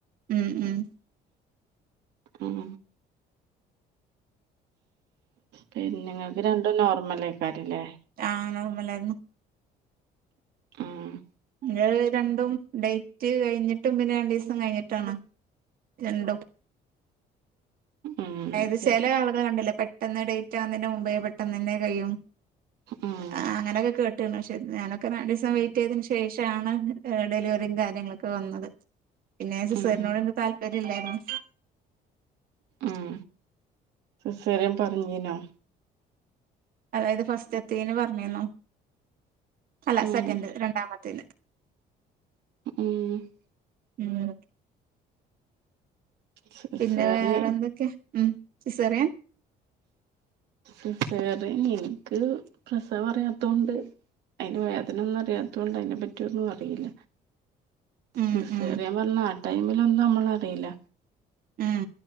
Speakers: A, on the right; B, on the right.
A: ഉം ഉം
B: ഉം പിന്നെ ഇങ്ങക്ക് രണ്ടും നോർമലൈക്കാരംല്ലേ
A: ആഹ് നോർമലായിരുന്നു
B: ആഹ്
A: ഇന്റത് രണ്ടും ഡേറ്റ് കയിഞ്ഞിട്ടും പിന്നെ രണ്ടീസം കയിഞ്ഞിട്ടാണ് രണ്ടും
B: ഉം
A: അതായത്
B: ശരി
A: ചെല ആളുകള് കണ്ടില്ലെ പെട്ടെന്ന് ഡേറ്റ് ആവുന്നതിന്റെ മുമ്പേ പെട്ടെന്ന് എന്നെ കയ്യും
B: ഉം
A: ആഹ് അങ്ങനെയൊക്കെ കേട്ട ഇട്ട്ണ് പക്ഷെ ഞാനൊക്കെ രണ്ടിസം വെയിറ്റ് ചെയ്തതിന് ശേഷാണ് ഹ് ഡെലിവറിം കാര്യങ്ങളൊക്കെ വന്നത് പിന്നെ സിസേറിനോട്
B: ഉം
A: എനിക്ക് താല്പര്യം ഇല്ലായിരുന്നു
B: ഉം സിസേറിയൻ പറഞ്ഞീനൊ
A: അതായത് ഫസ്റ്റ്ത്തൈന് പർണീന്നു അല്ല
B: ഉം
A: സെക്കന്റ് രണ്ടാമത്തൈന്
B: ഉം
A: ഏഹ്
B: സിസേറിയൻ
A: പിന്നെ വേറെ എന്തൊക്കെ ഉം പിസേറിയൻ
B: സിസേറിയൻ എനിക്ക് പ്രസവം അറിയാത്തോണ്ട് അതിന്റെ വേദന ഒന്നും അറിയാത്തോണ്ട് അതിനെ പറ്റിയൊന്നും അറിയില്ല
A: ഉം
B: സിസേറിയം
A: ഉം
B: പർണാ ആ ടൈമിലൊന്നും അമ്മള് അറീല്ല
A: ഉം